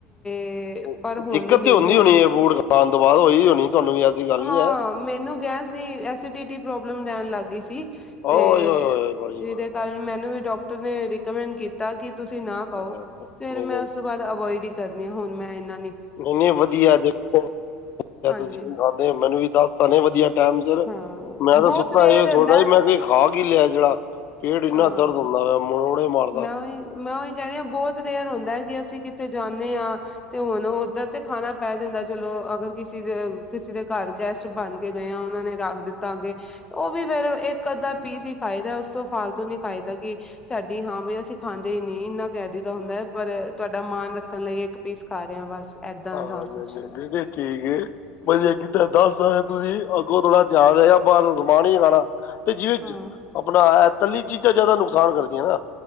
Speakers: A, on the left; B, on the left.
A: ਤੇ
B: ਉਹ
A: ਪਰ ਹੁਣ
B: ਦਿੱਕਤ
A: ਨੀ
B: ਤਾਂ ਹੁੰਦੀ
A: ਹੁਣ
B: ਹੋਣੀ ਹੈ ਫੂਡ ਖਾਣ ਤੋਂ ਬਾਅਦ ਹੋਈ ਹੋਣੀ ਤੁਹਾਨੂੰ ਵੀ ਐਸੀ ਗੱਲ
A: ਹਾਂ
B: ਨਹੀਂ ਹੈ
A: ਮੈਨੂੰ ਗੈਸ ਦੀ ਐਸੀਡਿਟੀ ਪ੍ਰੋਬਲਮ ਰਹਿਣ ਲੱਗ ਗਈ ਸੀ
B: ਓਏ
A: ਤੇ
B: ਹੋਏ ਹੋਏ ਬੜੀ
A: ਜਿਦੇ
B: ਵਾਹ ਵਾਹ
A: ਕਾਰਨ
B: ਵਾਹ,
A: ਮੈਨੂੰ
B: ਵਾਹ,
A: ਵੀ ਡਾਕਟਰ ਨੇ ਰਿਕਮੈਂਡ ਕੀਤ ਤਾ ਕਿ ਤੁਸੀਂ ਨਾ
B: ਵਾਹ।
A: ਖਾਓ
B: ਨਹੀਂ
A: ਫੇਰ ਮੈਂ
B: ਨਹੀਂ
A: ਉਸ ਤੋਂ ਬਾਅਦ ਅਵੋਇਡ ਈ ਕਰਨੀ ਆ ਹੁਣ ਮੈਂ ਇਨਾ
B: ਨਈ ਨਈ ਵਧੀਆ ਦੇਖੋ ਦੱਸਤਾ
A: ਹਾਂਜੀ
B: ਤੁਸੀ ਨਈ ਮੈਨੂੰ ਵੀ ਦੱਸਤਾ ਵਧੀਆ ਟੈਮ ਸਿਰ
A: ਹਾਂ
B: ਮੈਂ ਤਾਂ
A: ਬਹੁਤ
B: ਸੁੱਤਾ
A: ਰੇਅਰ
B: ਸੀ ਸੋਚਦਾ
A: ਹੁੰਦਾ
B: ਸੀ
A: ਹੈ।
B: ਮੈਂ ਖਾ ਕੀ ਲਿਆ ਐ। ਜਿਹੜਾ ਪੇਟ ਇੰਨਾ
A: ਹਾਂ
B: ਦਰਦ ਹੁੰਦਾ ਪਿਆ ਮਰੋੜੇ ਮਾਰ
A: ਮੈਂ ਓਈ, ਮੈ ਓਈ ਕਹਿ ਰਹੀ ਆ ਬਹੁਤ ਰੇਅਰ ਹੁੰਦਾ ਐ ਕਿ ਅਸੀਂ ਕਿੱਥੇ ਜਾਂਨੇ ਆ ਤੇ ਹੁਣ ਓਧਰ ਤੇ ਖਾਣਾ ਪੈ ਜਾਂਦਾ ਚਲੋ ਅਗਰ ਕਿਸੇ ਦੇ, ਕਿਸੇ ਦੇ ਘਰ ਗੈਸਟ ਬਣ ਕੇ ਗਏ ਆ ਉਨਾਂ ਨੇ ਰੱਖ ਦਿੱਤਾ ਅੱਗੇ ਉਹ ਵੀ ਫੇਰ ਇੱਕ ਅੱਧਾ ਪੀਸ ਈ ਖਾਈਦਾ ਉਸ ਤੋਂ ਫਾਲਤੂ ਨੀ ਖਾਈਦਾ ਕਿ ਸਾ ਦੀ ਹਾਂ ਬ ਅਸੀਂ ਖਾਂਦੇ ਈ ਨਈ ਇੰਨਾ ਕੈ ਦਇਦਾ ਹੁੰਦਾ ਐ ਪਰ ਤੁਹਾਡਾ ਮਾਣ ਰੱਖਣ ਲਈ ਇੱਕ ਪੀਸ ਖਾ ਰਹੇ ਹਾਂ ਬਸ ਏਦਾਂ
B: ਹਾਂ,
A: ਦਾ
B: ਨਈ
A: ਕੁਛ
B: ਨਈ <unintelligible> ਠੀਕ ਐ। ਵਧੀਆ ਕੀਤਾ ਦੱਸਤਾ ਐ। ਤੁਸੀਂ ਅੱਗੋਂ ਥੋੜਾ ਧਿਆਨ ਰਹੇਗਾ ਬਾਰੋ ਸਮਾਨ ਈ ਨਈ ਖਾਣਾ ਤੇ ਜੀ
A: ਹਾਂ
B: ਆਪਣਾ ਤੱਲੀ ਚੀਜ਼ਾਂ ਜ਼ਿਆਦਾ ਨੁਕਸਾਨ ਕਰਦੀਆਂ ਨਾ